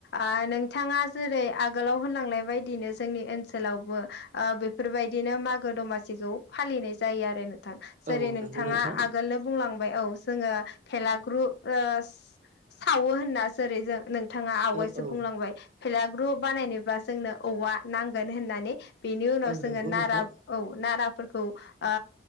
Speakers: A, on the left (about 60°); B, on the right (about 40°).
A: ओ नोंथाङा। जेरै आगोलाव होनलांनाय बायदिनो जोंनि ओनसोलावबो ओ बेफोरबायदिनो मागो दमासि जौ फालिनाय जायो आरो नों थां जेरै
B: औ
A: नोंथाङा
B: नंगौ नोंथां
A: आगोलनो बुंलांबाय औ जोङो भेलाग्रु ओस सावो होनना जेरै जों नोंथाङा आवगायसो
B: औ औ
A: बुंलांबाय भेला ग्रु बानायनोबा जोंनो औवा नांगोन होननानै बेनि उनाव
B: औ
A: जोङो
B: नंगौ
A: नाराब
B: नोंथां
A: औ नाराब फोरखौ ओ